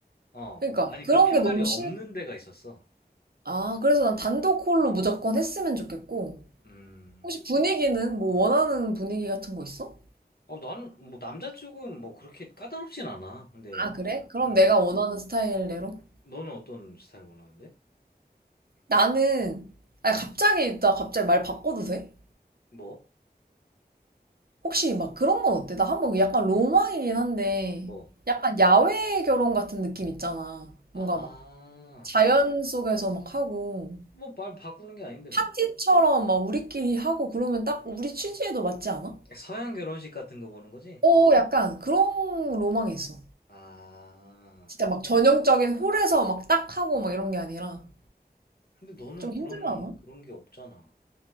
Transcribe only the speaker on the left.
어.
아니,
그 팻말이
없는
데가 있었어.
음.
어, 나는, 뭐, 남자 쪽은 뭐, 그렇게 까다롭진 않아. 근데,
음.
너는 어떤 스타일 원하는데?
뭐?
뭐?
아.
뭐, 말 바꾸는 게 아닌데, 뭐.
서양 결혼식 같은 거 보는 거지?
아.
근데 너는
그런, 그런 게 없잖아.